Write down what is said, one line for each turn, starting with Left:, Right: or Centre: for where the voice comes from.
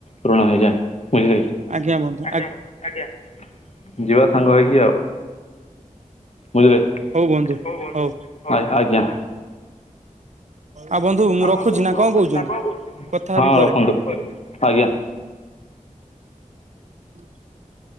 Left: ପୁଋଣ ହେଇଯାଏ ବୁଝିଲେ କି
Right: ଆଜ୍ଞା ବନ୍ଧୁ
Left: ଆଜ୍ଞା। ଆଜ୍ଞା ଯିବା ସାଙ୍ଗ ହେଇକି ଆଉ। ବୁଝିଲେ କଣ
Right: ହଉ ବନ୍ଧୁ
Left: କୁହନ୍ତୁ
Right: ହଉ
Left: ଆ ଆଜ୍ଞା।
Right: ଆଉ ବନ୍ଧୁ। ମୁଁ
Left: ଆପଣଙ୍କୁ
Right: ରଖୁଛି ନା
Left: ମୁଁ
Right: କଣ
Left: ରଖୁଛି
Right: କହୁଛନ୍ତି
Left: ନା କଣ କହୁଛନ୍ତି।
Right: କଥା ହେବି
Left: ହଁ
Right: ପରେ
Left: ରଖନ୍ତୁ ହଁ ଆଜ୍ଞା।
Right: <unintelligible>